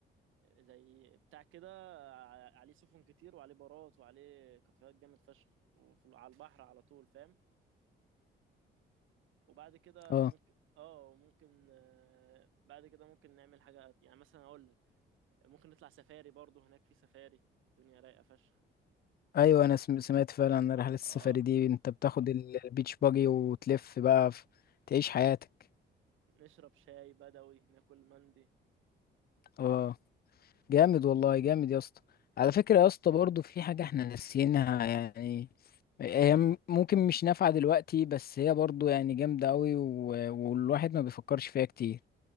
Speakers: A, on the right; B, on the left.
A: زي بتاع كده ع- عليه سفن كتير وعليه بارات وعليه كافيهات جامد فشخ وفي على البحر على طول فاهم وبعد كده
B: اه
A: ممكن اه ممكن آه، بعد كده ممكن نعمل حاجة يعني مثلا اقول لك ممكن نطلع سفاري برضو هناك في سفاري الدنيا رايقة فشخ
B: ايوه انا سم- سمعت فعلا عن رحلة السفاري
A: اه
B: دي انت بتاخد ال- البيتش باجي وتلف بقى في... تعيش حياتك
A: نشرب شاي بدوي ناكل مندي
B: اه جامد والله جامد يا اسطى على فكرة يا اسطى برضو في حاجة احنا ناسيينها يعني هي م- ممكن مش نافعة دلوقتي بس هي برضو يعني جامدة قوي و... والواحد ما بيفكرش فيها كتير